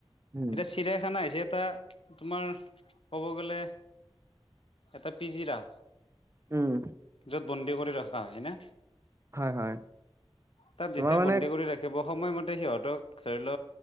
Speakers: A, on the right (about 30°); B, on the left (about 70°).
A: উম
B: এতিয়া চিৰিয়াখানা হৈছে এটা তোমাৰ ক'ব গ'লে এটা পিজিৰা।
A: উম।
B: যত বন্দী কৰি ৰখা হয় না?
A: হয় হয়
B: তাত যেতিয়া
A: তোমাৰ মানে
B: বন্দী কৰি ৰাখ খেবৰ সময়মতে সিহঁতক ধৰি ল